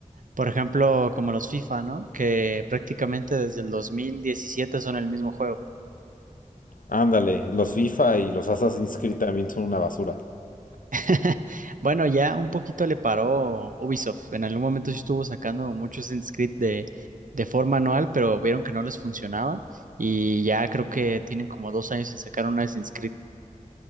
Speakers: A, on the right; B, on the left.
A: por ejemplo, como los FIFA, ¿no? Que prácticamente desde el 2017 son el mismo juego.
B: Ándale, los FIFA y los Assassin's Creed también son una basura.
A: <laughs> Bueno, ya un poquito le paró Ubisoft. En algún momento sí estuvo sacando muchos Assassin's Creed de, de forma anual, pero vieron que no les funcionaba y ya creo que tienen como dos años sin sacar un Assassin's Creed.